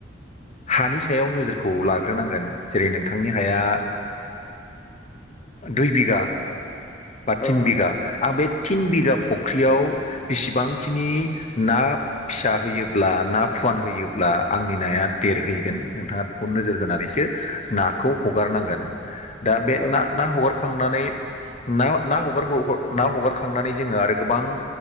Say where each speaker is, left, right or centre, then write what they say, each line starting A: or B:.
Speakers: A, on the left; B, on the left.
A: हानि सायाव नोजोरखौ लाग्रोनांगोन जेरै नोंथांनि हाया दुइ बिघा बा
B: औ
A: थिन
B: नोंथां
A: बिघा आं बे थिन बिघा फुख्रियाव बेसिबांखिनि ना फिसा होयोब्ला ना फुवान होयोब्ला आंनि नाया देरहैगोन नोंथाङा खौ नोजोर होनानैसो नाखौ हगारनांगोन दा बे
B: औ नोंथां
A: ना ना हगारखांनानै ना ना हगारबाव ना हगारखांनानै जोङो आरो गोबां